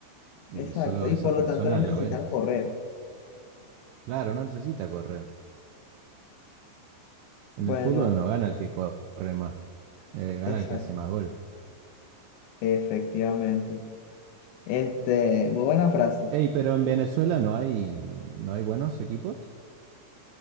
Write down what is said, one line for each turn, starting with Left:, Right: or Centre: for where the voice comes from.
Right: Y
Left: Exacto,
Right: solo
Left: y
Right: esas
Left: por
Right: personas
Left: lo tanto no necesitan
Right: lo ven.
Left: correr.
Right: Claro, no necesita correr. En
Left: Bueno,
Right: el fútbol no gana el que corre más, eh, gana
Left: exacto,
Right: el que hace más goles.
Left: efectivamente. Este, muy buena frase.
Right: Ey, pero en Venezuela no hay, no hay buenos equipos.